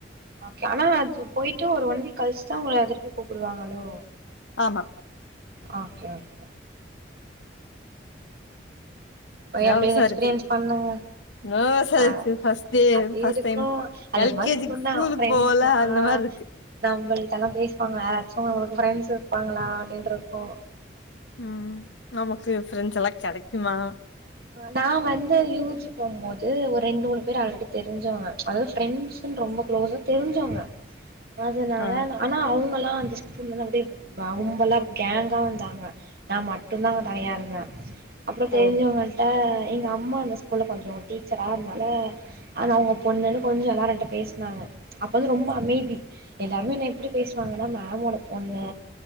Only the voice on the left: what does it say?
ஆமா
நர்வஸா
இருக்கு
நர்வஸா
இருக்கு ஃபர்ஸ்ட் டே
ஃபர்ஸ்ட்
டைம்
எல்
கே
ஜி ஸ்கூலுக்கு
போவோல அந்த
மாரி இருக்கு
ம் நமக்கு ப்ரெண்ட்ஸ் எல்லா கெடைக்குமா
ஆ
ஓ